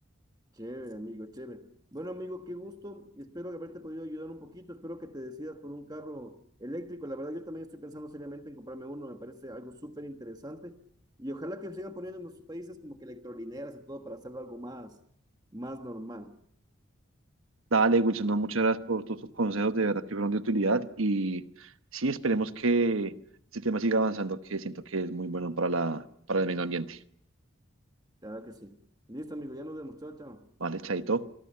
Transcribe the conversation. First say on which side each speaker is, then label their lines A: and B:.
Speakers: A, on the right; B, on the right.
A: Chévere, amigo, chévere. Bueno, amigo, qué gusto. Espero haberte podido ayudar un poquito. Espero que te decidas por un carro eléctrico. La verdad, yo también estoy pensando seriamente en comprarme uno. Me parece algo súper interesante. Y ojalá que sigan poniendo en nuestros países como que electrolineras y todo para hacerlo algo más, más normal.
B: Dale, Wilson, no, muchas gracias por todos tus consejos, de verdad que fueron de utilidad y sí, esperemos que este tema siga avanzando, que siento que es muy bueno para la, para el medio ambiente.
A: La verdad que sí. Listo, amigo, ya nos demostró, chao. chao.
B: Vale, chaito.